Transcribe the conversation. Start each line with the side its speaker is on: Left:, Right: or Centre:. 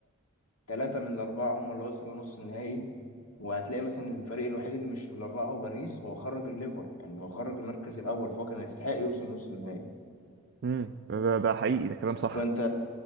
Left: فتلاته من الاربعه هم اللي وصلوا نص النهائي وهتلاقي مثلا الفريق الوحيد اللي مش في الاربعه هو باريس هو خرج الليفر يعني هو خرج المركز الاول فهو كان يستحق يوصل نص النهائي
Right: امم ده, ده ده حقيقي ده كلام صح
Left: فانت